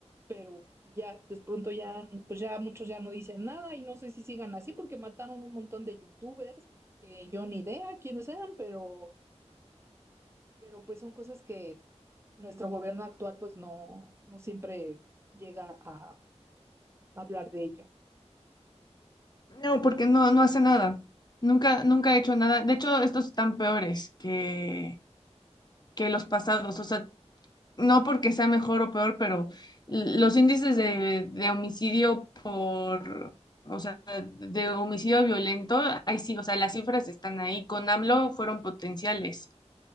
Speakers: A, on the right; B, on the left.
A: Pero ya, de pronto ya, pues ya muchos ya no dicen nada y no sé si sigan así porque mataron un montón de youtubers que yo ni idea quiénes eran, pero, pero pues son cosas que nuestro gobierno actual pues no, no siempre llega a hablar de ello.
B: No, porque no, no hace nada. Nunca, nunca he hecho nada. De hecho, estos están peores que, que los pasados. O sea, no porque sea mejor o peor, pero los índices de, de homicidio por, o sea, de homicidio violento, ahí sí, o sea, las cifras están ahí. Con AMLO fueron potenciales.